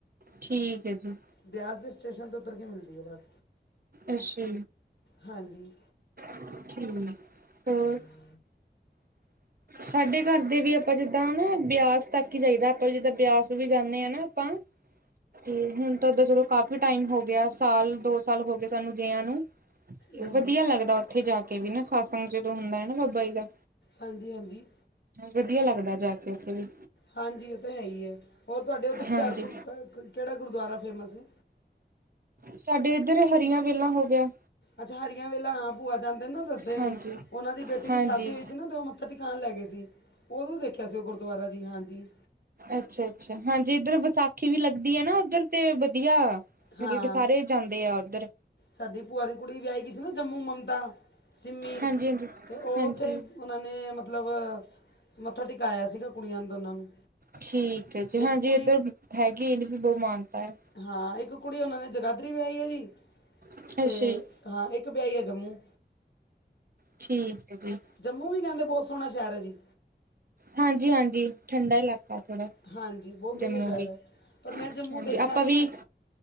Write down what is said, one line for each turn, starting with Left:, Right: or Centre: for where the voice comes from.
Right: ਠੀਕ ਹੈ ਜੀ।
Left: ਬਿਆਸ ਦੇ ਸਟੇਸ਼ਨ ਤੇ ਉੱਤਰ ਕੇ ਮਿਲਦੀ ਆ। ਬੱਸ
Right: ਅੱਛਾ।
Left: ਹਾਂਜੀ।
Right: ਠੀਕ। ਹੋਰ
Left: ਹ।
Right: ਸਾਡੇ ਘਰ ਦੇ ਵੀ ਆਪਾਂ ਜਿੱਦਾਂ ਨਾ ਬਿਆਸ ਤੱਕ ਹੀ ਚਾਹੀਦਾ। ਆਪਾਂ ਜਿੱਦਾਂ ਬਿਆਸ ਵੀ ਜਾਂਦੇ ਹਾਂ ਨਾ। ਆਪਾਂ ਤੇ ਹੁਣ ਤਾਂ ਓਦਾਂ ਚਲੋ। ਕਾਫੀ ਟਾਈਮ ਹੋ ਗਿਆ ਸਾਲ, ਦੋ ਸਾਲ ਹੋ ਗਏ। ਸਾਨੂੰ ਗਈਆ ਨੂੰ ਤੇ,
Left: ਹਾਂਜੀ
Right: ਵਧੀਆ ਲੱਗਦਾ। ਉੱਥੇ ਜਾ ਕੇ ਵੀ ਨਾ ਸਤਸੰਗ ਜਦੋਂ ਹੁੰਦਾ ਹੈ ਨਾ, ਬਾਬਾ ਜੀ ਦਾ
Left: ਹਾਂਜੀ-ਹਾਂਜੀ।
Right: ਵਧੀਆ ਲੱਗਦਾ ਜਾ ਕੇ, ਉੱਥੇ ਵੀ
Left: ਹਾਂਜੀ, ਇਹ ਤਾਂ ਹੈਗੀ ਹੈ। ਹੋਰ ਤੁਹਾਡੇ ਉੱਧਰ ਹੁਸ਼ਿਆਰਪੁਰ
Right: ਹਾਂਜੀ
Left: ਕਿਹੜਾ ਗੁਰਦੁਆਰਾ ਫੇਮਸ ਹੈ।
Right: ਸਾਡੇ ਇੱਧਰ ਹਰੀਆਂ ਵੇਲਾ ਹੋ ਗਿਆ।
Left: ਅੱਛਾ, ਹਰੀਆਂ ਵੇਲਾ ਹਾਂ। ਭੂਆ ਜਾਂਦੇ ਨੇ ਨਾ ਦੱਸਦੇ
Right: ਹਾਂਜੀ
Left: ਨੇ, ਉਹਨਾ ਦੀ ਬੇਟੀ
Right: ਹਾਂਜੀ
Left: ਦੀ ਸ਼ਾਦੀ ਹੋਈ ਸੀ ਨਾ। ਦੋ ਥ ਦੁਕਾਨ ਲੈ ਗਏ ਸੀ। ਉਦੋਂ ਦੇਖਿਆ ਸੀ। ਉਹ ਗੁਰਦੁਆਰਾ ਜੀ ਹਾਂਜੀ।
Right: ਅੱਛਾ -ਅੱਛਾ, ਹਾਂਜੀ ਇੱਧਰ ਵਿਸਾਖੀ ਵੀ ਲੱਗਦੀ ਆ। ਨਾ ਉੱਧਰ ਤੇ ਵਧੀਆ।
Left: ਹਾਂ
Right: ਮਤਲਬ ਕਿ ਸਾਰੇ ਜਾਂਦੇ ਆ। ਉੱਧਰ
Left: ਸਾਡੀ ਭੂਆ ਦੀ ਕੁੜੀ ਵਿਆਹੀ ਗਈ ਸੀ ਨਾ ਜੰਮੂ, ਮਮਤਾ, ਸਿੰਮੀ
Right: ਹਾਂਜੀ ਹਾਂਜੀ
Left: ਤੇ ਉਹ
Right: ਹਾਂਜੀ
Left: ਉੱਥੇ ਉਹਨਾਂ ਨੇ ਮਤਲਬ ਮੱਥਾ ਟਿਕਾਇਆ ਸੀਗਾ ਕੁੜੀਆਂ ਨੇ ਦੋਨਾਂ ਨੂੰ,
Right: ਠੀਕ ਹੈ ਜੀ ਹਾਂਜੀ
Left: ਇੱਕ ਕੁੜੀ
Right: ਇੱਧਰ ਹੈਗੀ ਇਹਨੂੰ ਵੀ ਬਹੁਤ ਮਾਨਤਾ ਹੈ।
Left: ਹਾਂ ਇੱਕ ਕੁੜੀ ਉਹਨਾਂ ਨੇ ਜਗਾਧਰੀ ਵਿਆਹੀ ਹੋਈ,
Right: ਅੱਛਾ
Left: ਤੇ
Right: ਜੀ
Left: ਹਾਂ ਇੱਕ ਵਿਆਹੀ ਆ ਜੰਮੂ।
Right: ਠੀਕ ਹੈ ਜੀ।
Left: ਜੰਮੂ ਵੀ ਕਹਿੰਦੇ ਬਹੁਤ ਸੋਹਣਾ ਸ਼ਹਿਰ ਹੈ ਜੀ।
Right: ਹਾਂਜੀ-ਹਾਂਜੀ, ਠੰਡਾ ਇਲਾਕਾ ਥੋੜਾ,
Left: ਹਾਂਜੀ ਬਹੁਤ ਵਧੀਆ
Right: ਜੰਮੂ
Left: ਸ਼ਹਿਰ
Right: ਵੀ,
Left: ਹੈ ਪਰ ਮੈਂ ਜੰਮੂ
Right: ਹਾਂਜੀ
Left: ਦੇਖਿਆ
Right: ਆਪਾਂ
Left: ਨਹੀਂ
Right: ਵੀ
Left: ਹੈ